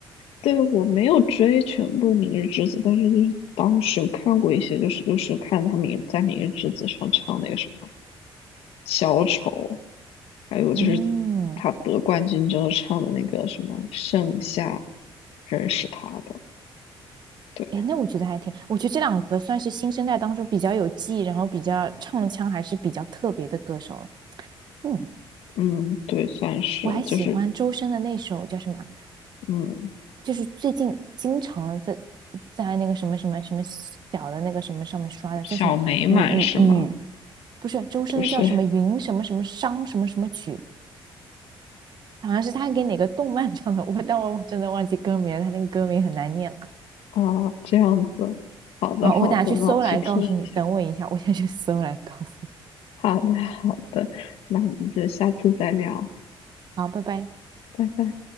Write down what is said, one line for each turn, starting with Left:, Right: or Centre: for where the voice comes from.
Left: 对，我没有追全部《明日之子》，但是就是当时有看过一些，就是就是看他明在《明日之子》上唱那个什么小丑，还有就是
Right: 嗯，
Left: 他得冠军之后唱的那个什么盛夏，认识他的。对，
Right: 哎，那我觉得还挺，我觉得这两个算是新生代当中比较有记忆，然后比较唱腔还是比较特别的歌手了。嗯。
Left: 嗯，对，算是就是
Right: 我还喜欢周深的那首叫什么？
Left: 嗯
Right: 就是最近经常在在那个什么什么什么小的那个什么上面刷的，
Left: 小美满是吗？
Right: 叫什么雨雨雨，不是周深的叫什么云什么什么商什么什么曲，
Left: 不是
Right: 好像是他给哪个动漫唱的，我但我真的忘记歌名了，他那个歌名很难念了
Left: 啊，这样子。好的，
Right: 啊！
Left: 好的，
Right: 我等下去搜来告诉你，
Left: 那我去听一下。
Right: 等我一下，我先去搜来告诉你。
Left: 好的，好的，那我们就下次再聊，
Right: 好，拜拜。
Left: 拜拜。